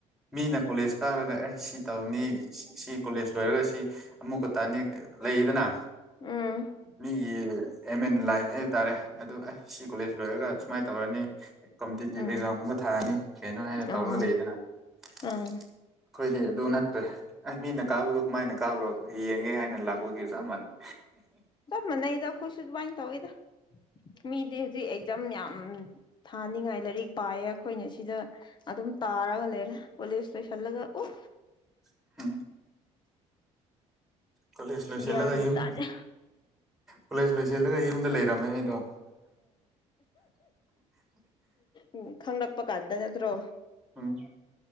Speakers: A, in the centre; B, on the left.
A: ꯃꯤꯅ ꯀꯣꯂꯦꯖ ꯀꯥꯔꯒ ꯑꯦ ꯁꯤ ꯇꯧꯅꯤ ꯁꯤ ꯀꯣꯂꯦꯖ ꯂꯣꯏꯔꯒ ꯁꯤ ꯑꯃꯨꯛꯀꯇ ꯑꯅꯤꯔꯛꯇꯤ ꯂꯩꯗꯅ
B: ꯎꯝ
A: ꯃꯤꯒꯤ ꯑꯦꯝ ꯏꯟ ꯂꯥꯏꯐ ꯍꯥꯏꯕꯇꯥꯔꯦ ꯑꯗꯨ ꯑꯩꯁ ꯁꯤ ꯀꯣꯂꯦꯖ ꯂꯣꯏꯔꯒ ꯁꯨꯃꯥꯏꯅ ꯇꯧꯔꯅꯤ ꯀꯝꯄꯤꯇꯤꯇꯤꯞ
B: ꯎꯝ
A: ꯑꯦꯛꯖꯥꯝꯒꯨꯝꯕ ꯊꯥꯔꯅꯤ ꯀꯩꯅꯣ ꯍꯥꯏꯅ
B: ꯑꯥ
A: ꯇꯧꯔꯅꯤ ꯂꯩꯗꯅ ꯑꯩꯈꯣꯏꯗꯤ
B: ꯑꯥ
A: ꯑꯗꯨ ꯑꯗꯨ ꯅꯠꯇ꯭ꯔꯦ ꯑꯩ ꯃꯤꯅ ꯀꯥꯕꯗꯣ ꯀꯃꯥꯏꯅ ꯀꯥꯕ꯭ꯔꯣ ꯌꯦꯡꯒꯦ ꯍꯥꯏꯅ ꯂꯥꯛꯄꯒꯤ ꯆꯞ ꯃꯥꯟꯅꯩ
B: ꯆꯞ ꯃꯥꯟꯅꯩꯗ ꯑꯩꯈꯣꯏꯁꯨ ꯑꯗꯨꯃꯥꯏꯅ ꯇꯧꯋꯤꯗ ꯃꯤꯗꯤ ꯍꯧꯖꯤꯛ ꯑꯦꯛꯖꯝ ꯌꯥꯝ ꯊꯥꯅꯤꯡꯉꯥꯏ ꯂꯥꯏꯔꯤꯛ ꯄꯥꯏꯌꯦ ꯑꯩꯈꯣꯏꯅ ꯁꯤꯗ ꯑꯗꯨꯝ ꯇꯥꯔꯒ ꯂꯩꯔꯦ ꯀꯂꯦꯖ ꯂꯣꯏꯁꯜꯂꯒ ꯎ
A: <inaudible> ꯎꯝ ꯀꯣꯂꯦꯖ ꯂꯣꯏꯁꯤꯜꯂꯒ
B: ꯒ꯭ꯌꯥꯟꯒ
A: ꯌꯨꯝ
B: ꯇꯥꯗꯦ
A: ꯀꯣꯂꯦꯖ ꯂꯣꯏꯁꯤꯜꯂꯒ ꯌꯨꯝꯗ ꯂꯩꯔꯝꯃꯦ ꯍꯥꯏꯗꯣ
B: ꯎꯝ ꯈꯪꯂꯛꯄ ꯀꯥꯟꯗ ꯅꯠꯇ꯭ꯔꯣ
A: ꯎꯝ